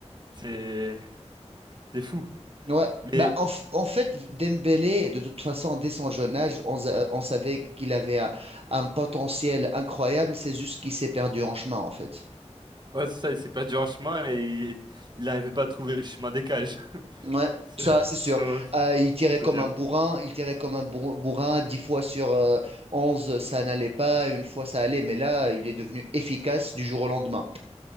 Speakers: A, on the right; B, on the right.
A: c'est c'est fou.
B: mm. Ouais.
A: Mais
B: Bah, en, f- en fait, Dembélé, de toute façon, dès son jeune âge, on, sa- on savait qu'il avait un, un potentiel incroyable. C'est juste qu'il s'est perdu en chemin, en fait.
A: ouais, c'est ça, il s'est perdu en chemin et il n'arrivait pas à trouver le chemin des cages.
B: Ouais,
A: C'est-
B: ça
A: <laughs>
B: c'est sûr.
A: Sûrement, tu
B: Euh, il tirait
A: peux
B: comme
A: dire.
B: un bourrin, il tirait comme un bourr- bourrin, dix fois sur euh, onze ça n'allait pas, une fois ça allait, mais là il est devenu efficace du jour au lendemain.